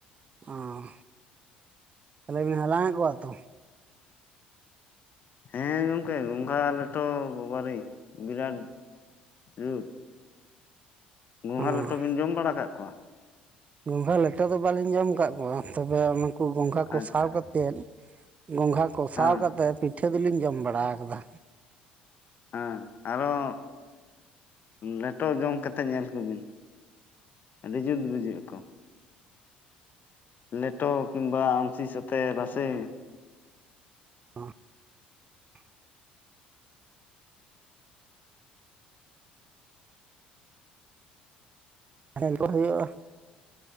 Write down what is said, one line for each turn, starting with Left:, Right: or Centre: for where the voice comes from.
Right: ᱚᱸᱻ ᱛᱟᱦᱚᱞᱮ ᱵᱤᱱ ᱦᱟᱞᱟᱝ ᱮᱫ ᱠᱚᱣᱟ ᱛᱚ᱾
Left: ᱦᱮᱸ ᱜᱚᱝᱠᱮ ᱜᱚᱸᱜᱷᱟ ᱞᱮᱴᱚ ᱵᱟᱵᱟᱨᱮ ᱵᱤᱨᱟᱴ ᱦᱩᱸ᱾ ᱜᱚᱸᱜᱷᱟ
Right: ᱚ
Left: ᱞᱮᱴᱚ ᱵᱤᱱ ᱡᱚᱢ ᱵᱟᱲᱟ ᱠᱟᱜ ᱠᱚᱣᱟ?
Right: ᱜᱚᱸᱜᱷᱟ ᱞᱮᱴᱚ ᱫᱚ ᱵᱟᱹᱞᱤᱧ ᱡᱚᱢ ᱠᱟᱜ ᱠᱚᱣᱟ, ᱛᱚᱵᱮ ᱩᱱᱩᱠᱩ ᱜᱚᱸᱜᱷᱟ ᱠᱚ
Left: ᱟᱪᱪᱷᱟ
Right: ᱥᱟᱵ ᱠᱟᱛᱮᱫ ᱜᱚᱸᱜᱷᱟ ᱠᱚ ᱥᱟᱣ
Left: ᱦᱮᱸ
Right: ᱠᱟᱛᱮᱫ ᱯᱤᱴᱷᱟᱹ ᱫᱚᱞᱤᱧ ᱡᱚᱢ ᱵᱟᱲᱟᱣ ᱠᱟᱫᱟ᱾
Left: ᱦᱮᱸ, ᱟᱨᱚ ᱞᱮᱴᱚ ᱡᱚᱢ ᱠᱟᱛᱮ ᱧᱮᱞ ᱠᱚᱵᱤᱱ ᱟᱹᱰᱤ ᱡᱩᱛ ᱵᱩᱡᱷᱟᱹᱜ-ᱟ ᱠᱚ᱾ ᱞᱮᱴᱚ ᱠᱤᱢᱵᱟ ᱟᱢᱥᱤ ᱥᱟᱛᱮ ᱨᱟᱥᱮ
Right: <unintelligible> <unintelligible> ᱠᱚ ᱦᱳᱭᱳᱜᱼᱟ